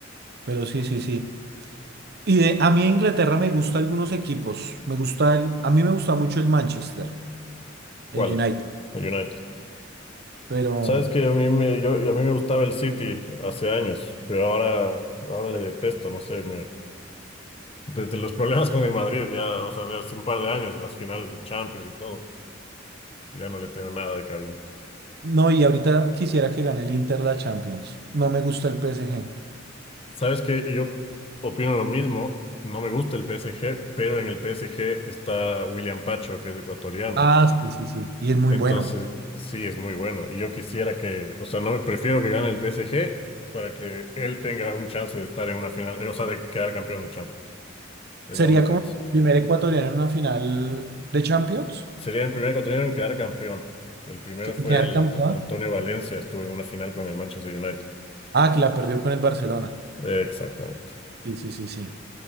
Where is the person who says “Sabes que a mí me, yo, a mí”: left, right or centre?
Left